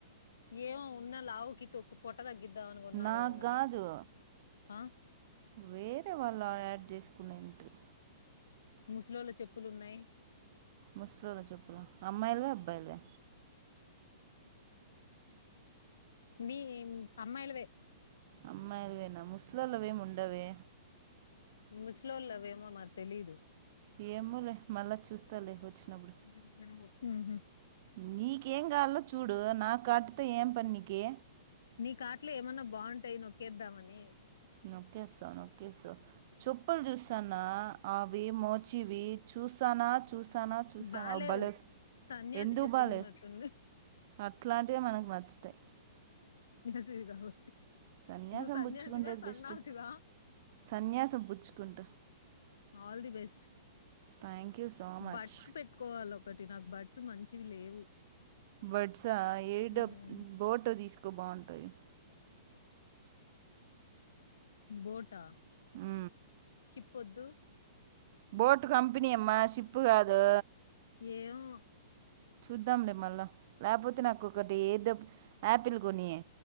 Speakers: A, on the left; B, on the right.
A: ఏవో ఉన్న లావుకి తొక్కు పొట్ట తగ్గిది ద్దా అనుకున్నావు
B: నాకు
A: ఏమే గాని
B: కాదు
A: ఆ
B: వేరే వాళ్ళ యాడ్ చేసుకునే ఎంట్రీ
A: ముసలోళ్ల చెప్పులున్నాయి
B: ముసలోల్ల చేప్పుల ఉన్నాయి. అమ్మాయిలవ అబ్బాయిలవ
A: మీ యే అమ్మాయి లవే
B: అమ్మాలువేనా ముసల్లోలవేముండవే
A: ముస్లోలవేమే మారీ తెలీదు
B: ఏమోలే మళ్ళా చూస్తాలే వచ్చినప్పుడు
A: <unintelligible> హ్ హ్
B: నీకేం కావలో చూడు నా ఆటితో ఏం పని నీకి
A: నీ కాట్లో ఏమన్నా బాగుంటాయి. నొక్కేద్దామని
B: నొక్కేస్తావ్ నొక్కేస్తావ్ చెప్పులు చూస్తన్న అవి మోచివి చూసాన చూసన చూసిన
A: బాలేవు సన్యాసి
B: ఎందుకు
A: చెప్పులు
B: బలెవ్
A: ఉన్నట్టుంది
B: అట్లాంటి మనకు నచ్చుతాయి.
A: వి కాబట్టి
B: సన్యాసం
A: నువ్వు సన్యాసివా
B: పుచ్చుకుండేది
A: సన్నాసివా
B: బెస్ట్ సన్యాసం పుచ్చుకుంట.
A: All the best
B: thank you so much
A: buds కు పెట్టుకోవాలి. ఒకటి నాకు బడ్స్ మంచివి లేవు
B: బడ్స ఏడ
A: ఉమ్.
B: బోటో తీసుకో బాగుంటాయి.
A: బోటా
B: హ్
A: చిప్పొద్దు.
B: బోట్ కంపెనీ అమ్మా షిప్పు కాదు.
A: ఏమే
B: చూద్దాంలే మళ్ళా లేకపోతే నాకొకటి ఏడ యాపిల్ కొనియే